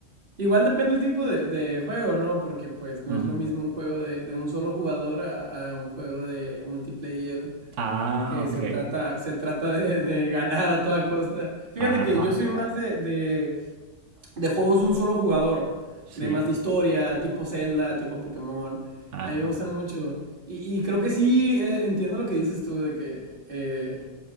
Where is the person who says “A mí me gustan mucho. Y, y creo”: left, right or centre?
Right